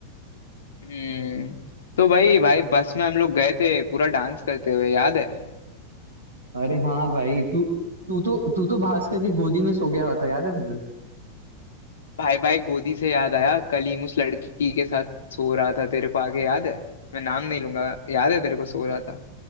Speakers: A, on the left; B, on the right.
A: हम्म तो भाई भाई बस में हम लोग गए थे पूरा डांस करते हुए याद है
B: अरे हाँ भाई तू तू तो तू तो भास्कर की गोदी में सो गया हुआ था याद है तुझे
A: भाई भाई गोदी से याद आया कलीम उस लड़की के साथ सो रहा था तेरे को आगे याद है मैं नाम नहीं लूंगा याद है तेरे को सो रहा था